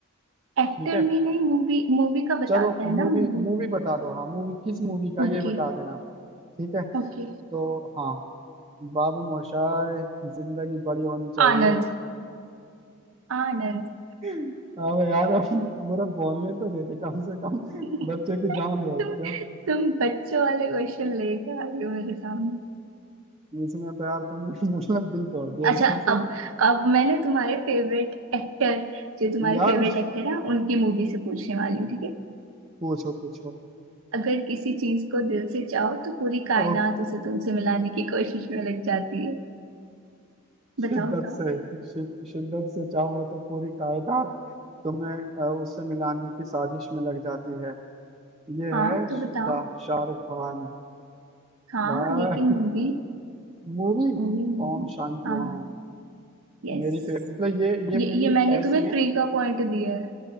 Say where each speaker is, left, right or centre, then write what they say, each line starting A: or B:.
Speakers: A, on the right; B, on the right.
A: एक्टर
B: ठीक है
A: में नहीं मूवी मूवी का बताते
B: चलो
A: हैं
B: मूवी
A: ना मूवी
B: मूवी बता दो हाँ मूवी किस मूवी का है,
A: ओके
B: ये बता देना ठीक है
A: ओके
B: तो हाँ बाबू मोशाय जिंदगी बड़ी होनी चाहिए
A: आनंद आनंद
B: अब यार अब पूरा बोलने तो देते कम से कम
A: <laughs>
B: बच्चे की जान लोगे
A: तुम
B: क्या
A: तुम बच्चों वाले क्वेश्चन लेके आ रही हो मेरे सामने
B: इसमें तो यार तुमने <laughs> मतलब दिल तोड़ दिया
A: अच्छा
B: एकदम से
A: अब अब मैं ना तुम्हारे फेवरेट एक्टर जो तुम्हारे
B: यार
A: फेवरेट एक्टर है उनकी मूवी से पूछने वाली हूँ ठीक है
B: पूछो पूछो
A: अगर किसी चीज को दिल से चाहो तो पूरी कायनात
B: ओ,
A: उसे तुमसे मिलाने की कोशिश में लग जाती है
B: शिद्दत
A: बताओ बताओ
B: से शि- शिद्दत से चाहो तो पूरी कायनात तुम्हें अ, उससे मिलाने की साजिश में लग जाती है ये
A: हाँ
B: है
A: तो
B: शाह
A: बताओ
B: शाहरुख खान
A: हाँ
B: भाई
A: लेकिन मूवी
B: मूवी
A: Movie movie
B: ओम शांति
A: हाँ
B: ओम
A: यस
B: मेरी फेवरेट मतलब ये ये
A: ये
B: मूवीज
A: ये मैंने
B: ऐसी
A: तुम्हें
B: हैं
A: फ्री का पॉइंट दिया है